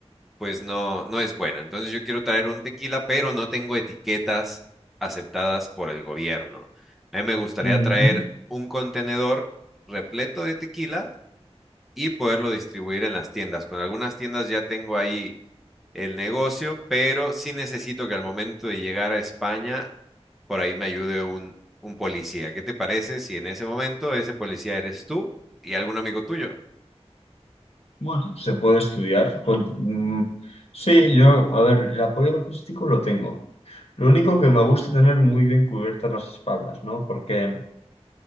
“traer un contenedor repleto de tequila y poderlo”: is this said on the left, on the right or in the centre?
Centre